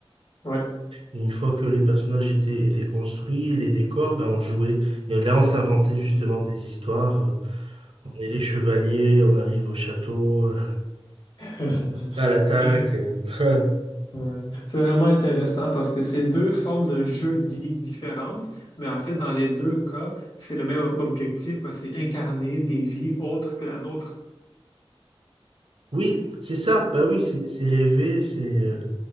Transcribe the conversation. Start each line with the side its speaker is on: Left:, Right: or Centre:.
Left: Ouais.
Right: et une fois que les personnages étaient, étaient construits, les décors, ben, on jouait. Et là, on s'inventait justement
Left: Hmm.
Right: des histoires. euh, On est les chevaliers, on arrive au château, euh,
Left: Hmm.
Right: à l'attaque.
Left: <laughs>
Right: euh. <laughs>
Left: Ouais. C'est vraiment intéressant parce que c'est deux formes de jeu dits différentes, mais en fait, dans les deux cas, c'est le même ob- objectif, quoi. C'est incarner des vies autres que la nôtre.
Right: Oui, c'est ça. Bah oui, c'est c'est rêver, c'est
Left: Oui,
Right: euh,